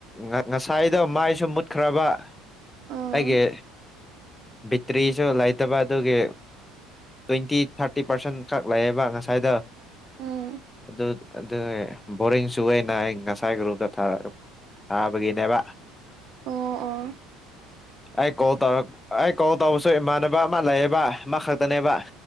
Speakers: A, on the left; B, on the right.
A: ꯉ ꯉꯁꯥꯏꯗꯣ ꯃꯥꯏꯁꯨ ꯃꯨꯠꯈ꯭ꯔꯕ
B: ꯑꯣ
A: ꯑꯩꯒꯤ ꯕꯤꯇꯔꯤꯁꯨ ꯂꯩꯇꯕ ꯑꯗꯨꯒꯤ ꯇ꯭ꯋꯦꯟꯇꯤ ꯊꯥꯔꯇꯤ ꯄꯥꯔꯁꯦꯟ ꯈꯛ ꯂꯩꯑꯦꯕ ꯉꯁꯥꯏꯗ
B: ꯎꯝ
A: ꯑꯗꯨ ꯑꯗꯨ ꯕꯣꯔꯤꯡꯁꯨꯩꯅ ꯑꯩ ꯉꯁꯥꯏ ꯒ꯭ꯔꯨꯞꯗ ꯊꯥꯕꯒꯤꯅꯦꯕ
B: ꯑꯣ ꯑꯣ
A: ꯑꯩ ꯀꯣꯜ ꯇꯧꯔꯛ ꯑꯩ ꯀꯣꯜ ꯇꯧꯕꯁꯨ ꯏꯃꯥꯟꯅꯕ ꯑꯃ ꯂꯩꯌꯦꯕ ꯑꯃ ꯈꯛꯇꯅꯦꯕ